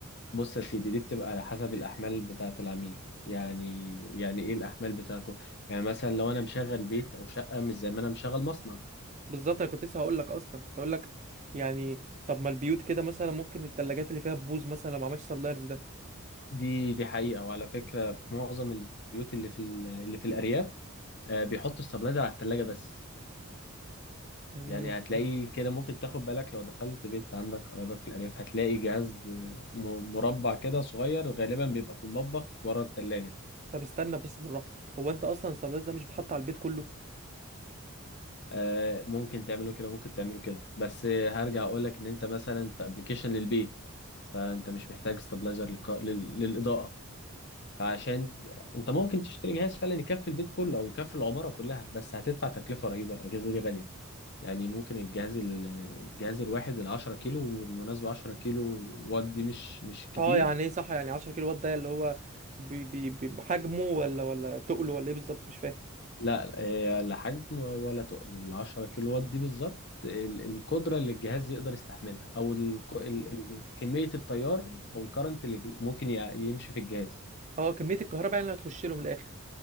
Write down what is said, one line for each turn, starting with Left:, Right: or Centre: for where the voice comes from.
Left: بص يا سيدي دي بتبقى على حسب الاحمال بتاعة العميل يعني يعني ايه الاحمال بتاعته يعني مثلا لو انا مشغل بيت او شقة مش زي ما انا مشغل مصنع
Right: بالظبط انا كنت لسه هقول لك اصلا كنت هقول لك يعني طب ما البيوت كده مثلا ممكن الثلاجات اللي فيها بوز مثلا لو ما عملتش سبلايرز ده
Left: دي دي حقيقة وعلى فكرة في معظم البيوت اللي في ال- اللي في الأرياف آه، بيحطوا استابلايزر على التلاجة بس
Right: امم
Left: يعني هتلاقي كده ممكن تاخد بالك لو دخلت بيت عندك قرايبك في الأرياف هتلاقي جهاز آه، م- مربع كده صغير غالبا بيبقى في المطبخ ورا التلاجة
Right: طب استنى بس بالراحه هو انت اصلا السبلايرز ده مش بيتحط على البيت كله
Left: آه، ممكن تعمله كده ممكن تعمله كده بس آه، هرجع أقولك إن أنت مثلا في أبلكيشن للبيت فأنت مش محتاج استابلايزر للإضاءة فعشان انت ممكن تشتري جهاز فعلا يكفي البيت كله او يكفي العماره كلها بس هتدفع تكلفه رهيبه الاجهزه دي غاليه يعني ممكن الجهاز ال- الجهاز الواحد ال 10 كيلو بالمناسبه 10 كيلو وات دي مش مش كتير
Right: اه يعني ايه صح يعني 10 كيلو وات ده اللي هو بي بي بي- بحجمه ولا ولا تقله ولا ايه بالظبط مش فاهم
Left: لا آه، لا حجم ولا تقل ال 10 كيلو وات دي بالظبط ال- القدره اللي الجهاز يقدر يستحملها او ال ال ال كميه التيار او الكرنت اللي ممكن ي- يمشي في الجهاز
Right: اه كميه الكهرباء يعني اللي هتخش له من الاخر